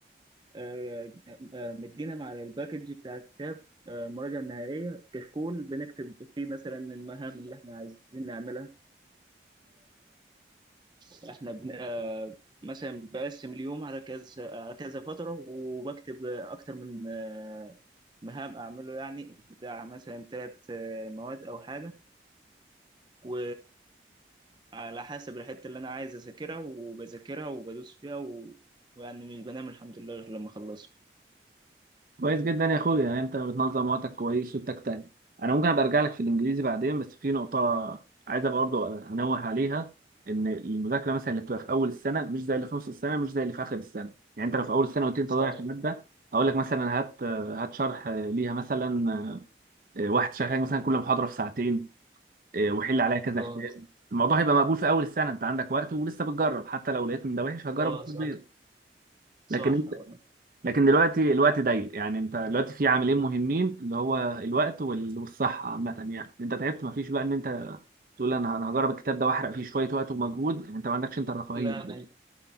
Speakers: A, on the right (about 25°); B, on the right (about 50°).
A: آه، آه، مدينا مع الباكج بتاع الكتاب آه، المراجعة النهائية كشكول بنكتب فيه مثلا المهام اللي احنا عايزين نعملها فاحنا بن... آه، مثلا بقسم اليوم على كذا على كذا فترة وبكتب آه، أكتر من آه، مهام أعمله يعني بتاع مثلا ثلاث مواد أو حاجة و على حسب الحتة اللي أنا عايز أذاكرها وبذاكرها وبدوس فيها و... ويعني مش بنام الحمد لله غير لما أخلصها
B: كويس جدا يا اخويا يعني انت بتنظم وقتك كويس وبتجتهد انا ممكن ابقى ارجع لك في الانجليزي بعدين بس في نقطه عايز ابقى برضه انوه عليها ان المذاكره مثلا اللي بتبقى في اول السنه مش زي اللي في نص السنه مش زي اللي في اخر السنه يعني انت لو في اول السنه قلت لي انت
A: صح
B: ضايع في الماده اقول لك مثلا هات هات شرح ليها مثلا آه، واحد شرح لك مثلا كل محاضره في ساعتين آه، وحل عليها كذا
A: اه
B: كتاب الموضوع هيبقى مقبول في اول السنه انت عندك وقت ولسه بتجرب حتى لو لقيت ان ده وحش هجرب
A: اه
B: التطبيق
A: صح صح
B: لكن
A: اه
B: لكن دلوقتي الوقت ضيق يعني انت دلوقتي في عاملين مهمين اللي هو الوقت وال- والصحة عامة يعني انت تعبت مفيش بقى ان انت تقول انا انا هجرب الكتاب ده واحرق فيه شوية وقت ومجهود يعني انت ما عندكش انت الرفاهية
A: لا
B: دي